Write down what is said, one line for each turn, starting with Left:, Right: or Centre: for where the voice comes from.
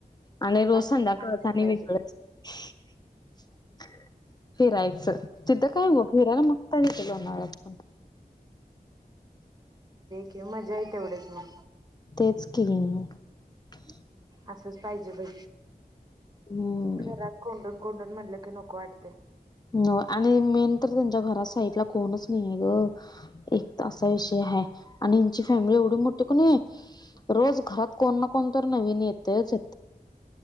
Left: आणि रोज
Right: बास
Left: संद्याकाळी
Right: कि काय
Left: आणि
Right: पाहिजे
Left: वेगळा च. <unintelligible> फिरायचं तिथ काय ग, फिरायला मगता घेत लोनाळ्यात पण,
Right: किं मजा येत तेवढेच मग,
Left: तेच कि, <unintelligible>
Right: असच पाहिजे, ब
Left: हम्म
Right: घरात कोंडून कोंडून म्हणलं. नोक वाटते?
Left: हो आणि मेन तर त्यांच्या घरा साईडला कोणच नाही आहे, ग एक असा विषय, आणि हची फॅमिली एवढी मोठी कोणी आहे, रोज घरात कोण ना कोण तर नवीन येतच.